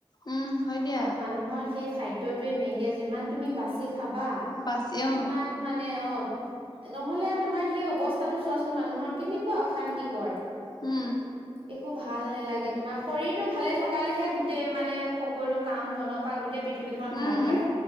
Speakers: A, on the left; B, on the right.
A: উম, হয় দিয়া
B: আৰু মানুহৰ সেই খাদ্যটোৱে মেইনকে যিমান। তুমী বাচি খাবা
A: বাছি
B: মিমান
A: অ',
B: মানে অ। নহলে আৰু তোমাৰ সেই অৱস্থাটো চোৱাচোন মানুহৰ কেনেকুৱা অশান্তিকৰ।
A: উম।
B: একো ভাল নালাগে তোমাৰ শৰীৰটো ভালে থকালেহে গোটেই মানে সকলো কাম বনৰ পৰা গোটেই। পৃথিৱীখন
A: উম,
B: ভাল দিয়া।